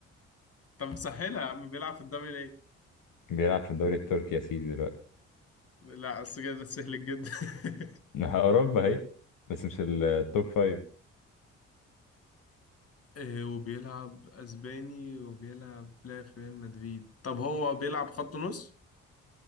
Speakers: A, on the left; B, on the left.
A: طب سهلها يا عم بيلعب في الدوري ليه
B: بيلعب في الدوري التركي يا سيدي دلوقتي
A: لا السجاير ده سهل جدا <laughs>
B: ما هي أوروبا هي بس مش التوب فايف
A: آه، وبيلعب اسباني وبيلعب لا في ريال مدريد طب هو بيلعب خط نص